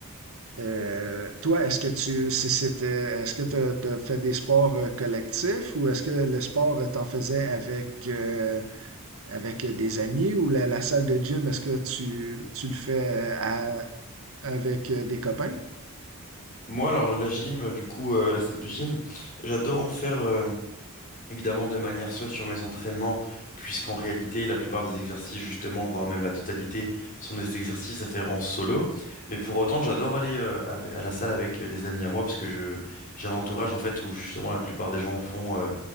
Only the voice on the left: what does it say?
Moi, alors, la gym, euh, du coup, euh, la salle de gym, j'adore en faire. euh, évidemment de manière seule sur mes entraînements, puisqu'en réalité, la plupart des exercices, justement, voire même la totalité, sont des exercices à faire en solo. Mais pour autant, j'adore aller euh, ave- à la salle avec euh, des amis à moi, parce que je j'ai un entourage, en fait, où justement la plupart des gens vont euh,